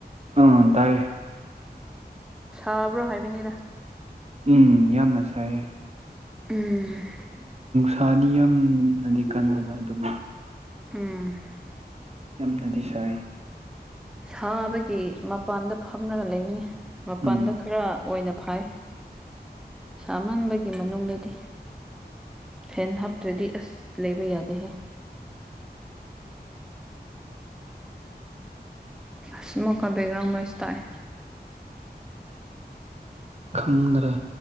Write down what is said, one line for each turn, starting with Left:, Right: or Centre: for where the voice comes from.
Right: ꯑꯝ ꯇꯥꯏꯌꯦ
Centre: ꯁꯥꯕ꯭ꯔꯣ ꯍꯥꯏꯕꯅꯤꯗꯥ
Right: ꯎꯝ ꯌꯥꯝꯅ ꯁꯥꯏꯌꯦ
Centre: ꯎꯝ
Right: ꯊꯥꯅꯤꯌꯝꯅꯗꯤ ꯀꯟꯗꯕ ꯑꯗꯨꯕꯨ
Centre: ꯑꯝ
Right: ꯌꯥꯝꯅꯗꯤ ꯁꯥꯏ
Centre: ꯁꯥꯕꯒꯤ ꯃꯄꯥꯟꯗ ꯐꯝꯂꯒ ꯂꯩꯅꯤ ꯃꯄꯥꯟꯗ
Right: ꯎꯝ
Centre: ꯈꯔ ꯑꯣꯏꯅ ꯐꯥꯏ ꯁꯥꯃꯟꯕꯒꯤ ꯃꯅꯨꯡꯗꯗꯤ ꯐꯦꯟ ꯍꯥꯞꯇ꯭ꯔꯗꯤ ꯑꯁ ꯂꯩꯕ ꯌꯥꯗꯦ ꯍꯦ ꯑꯁ ꯃꯃꯨꯛꯀꯥ ꯕꯦꯒ꯭ꯔꯥꯎꯝꯝꯕ ꯅꯣꯏꯁ ꯇꯥꯥꯏ
Right: ꯈꯪꯗ꯭ꯔꯦ